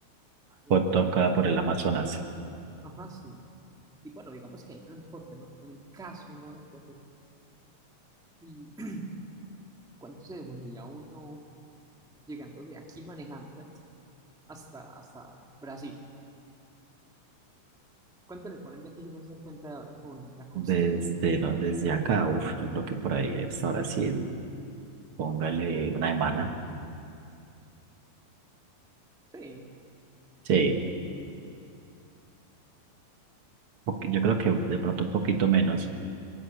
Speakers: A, in the centre; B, on the right.
A: a- en,
B: por
A: en
B: todo acá
A: transporte.
B: por el Amazonas.
A: Ajá, sí. Y bueno, digamos que hay transporte, ¿no? En un caso, ¿no? Hipotético. ¿Y cuánto se demoraría uno llegando de aquí manejando, ¿cierto? Hasta, hasta Brasil. ¿Cuánto le ponen de aquí si no se da cuenta de ahora con la costa?
B: Desde, no, desde acá, uff, yo creo que por ahí hasta Brasil, póngale una semana.
A: Sí,
B: Sí, poqu- yo creo que de pronto un poquito menos,